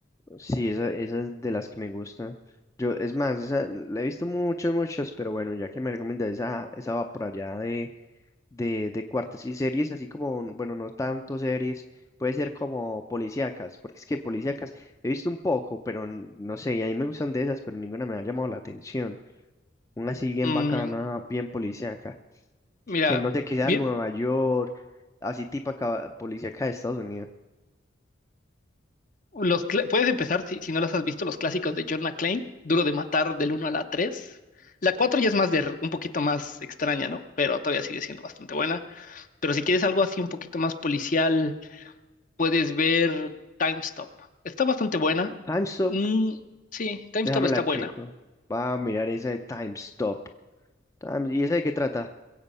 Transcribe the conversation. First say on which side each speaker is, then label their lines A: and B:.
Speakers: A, on the left; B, on the left.
A: sí, esa, esa es de las que me gusta. Yo, es más, esa la he visto muchas, muchas, pero bueno, ya que me recomiendas esa, esa va por allá de, de cuartos y series así como, bueno, no tanto series, puede ser como policíacas, porque es que policíacas he visto un poco, pero n- no sé, y a mí me gustan de esas, pero ninguna me ha llamado la atención. Una así bien
B: Mm,
A: bacana, bien policíaca,
B: mira.
A: que no sé, que sea
B: Bien,
A: Nueva York, así tipo acá, policíaca de Estados Unidos.
B: Los cla- puedes empezar, si, si no las has visto, los clásicos de John McClane, Duro de Matar del uno a la tres, La 4 ya es más de, r- un poquito más extraña, ¿no? Pero todavía sigue siendo bastante buena. Pero si quieres algo así un poquito más policial, puedes ver Time Stop. Está bastante buena.
A: Time Stop,
B: Mm, sí, Time
A: déjamela
B: Stop está
A: chico
B: buena.
A: Va a mirar esa de Time Stop. Time- ¿Y esa de qué trata?